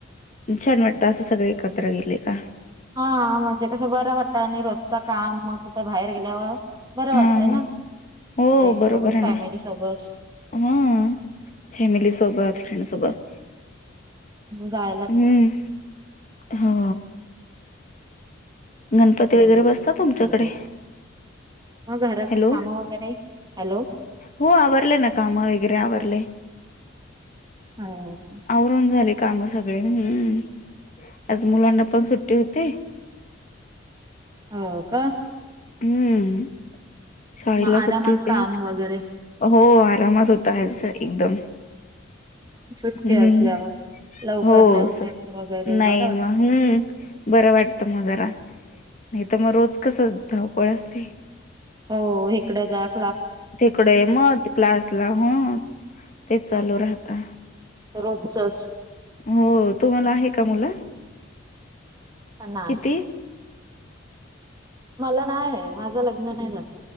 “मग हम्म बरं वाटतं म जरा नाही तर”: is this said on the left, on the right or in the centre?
Left